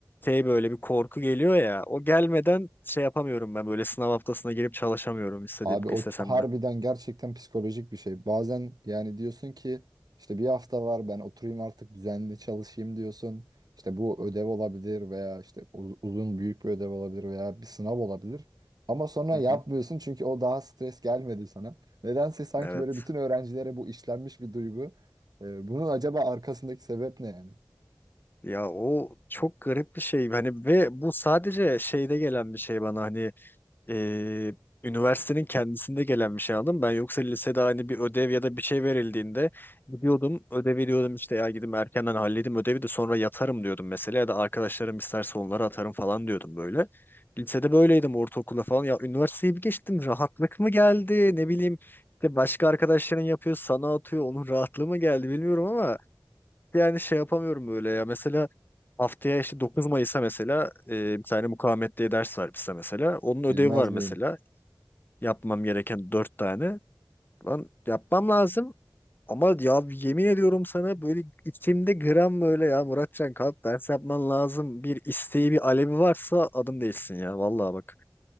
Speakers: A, on the left; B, on the right.
A: şey böyle bir korku geliyor ya. O gelmeden şey yapamıyorum ben böyle sınav haftasına girip çalışamıyorum istediğim
B: Abi o
A: istesem
B: ç- harbiden
A: de.
B: gerçekten psikolojik bir şey. Bazen yani diyorsun ki işte bir hafta var ben oturayım artık düzenli çalışayım diyorsun. İşte bu ödev olabilir veya işte uz- uzun büyük bir ödev olabilir veya bir sınav olabilir. Ama sonra
A: Hı
B: yapmıyorsun
A: hı.
B: çünkü o daha stres gelmedi sana. Nedense sanki
A: Evet.
B: böyle bütün öğrencilere bu işlenmiş bir duygu. Ee, Bunun acaba arkasındaki sebep ne yani?
A: Ya o çok garip bir şey. Hani ve bu sadece şeyde gelen bir şey bana hani e, üniversitenin kendisinde gelen bir şey aldım. Ben yoksa lisede hani bir ödev ya da bir şey verildiğinde gidiyordum ödevi diyordum işte ya gidip erkenden halledeyim ödevi de sonra yatarım diyordum mesela ya da arkadaşlarım isterse onlara atarım falan diyordum böyle. Lisede böyleydim ortaokulda falan ya üniversiteyi bir geçtim rahatlık mı geldi ne bileyim işte başka arkadaşların yapıyor sana atıyor onun rahatlığı mı geldi bilmiyorum ama yani şey yapamıyorum böyle ya. Mesela haftaya işte 9 Mayıs'a mesela e, bir tane mukavemet diye ders var bize mesela. Onun ödevi
B: Bilmez
A: var mesela.
B: miyim?
A: Yapmam gereken 4 tane. Lan yapmam lazım. Ama ya yemin ediyorum sana böyle içimde gram böyle ya Muratcan kalk ders yapman lazım. Bir isteği bir alevi varsa adım değilsin ya. Vallahi bak.